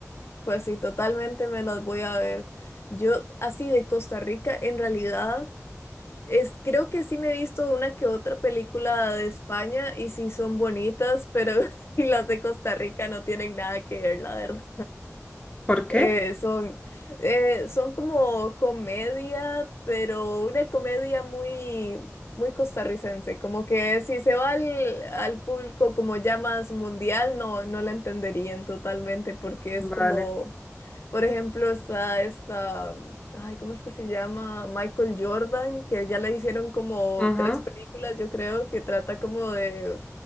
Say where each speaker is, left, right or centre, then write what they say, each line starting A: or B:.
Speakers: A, on the left; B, on the left.
A: Pues sí, totalmente me las voy a ver. Yo, así de Costa Rica, en realidad, es, creo que sí me he visto una que otra película de España y sí son bonitas, pero <laughs> las de Costa Rica no tienen nada que ver, la verdad.
B: ¿Por qué?
A: Eh, son, eh, son como comedia, pero una comedia muy, muy costarricense. Como que si se va al, al público como ya más mundial, no, no la entenderían totalmente, porque es
B: Vale.
A: como, por ejemplo, está esta, ay, ¿cómo es que se llama? Michael Jordan, que ya le hicieron como
B: Ujú.
A: tres películas, yo creo, que trata como de